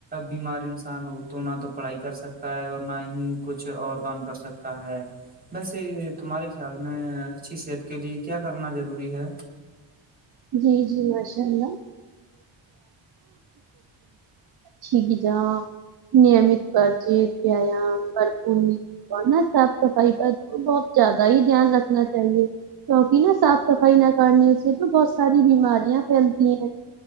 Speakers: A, on the right; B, on the right.
A: بیمار انسان ہو تو نہ تو پڑھائی کر سکتے سکتا ہے اور نا ہی کچھ اور کام کر سکتا ہے ویسے تمہارے خیال میں اچھی صحت کے لیے کیا کرنا ضروری ہے
B: جی جی ماشاء اللہ اچھی غذا نعمت پر تو نا صاف صفائی پر تو بہت زیادہ ہی دھیان رکھنا چاہیے کیونکہ نا صاف صفائی نہ کرنے سے تو بہت ساری بیماریاں پھیلتی ہیں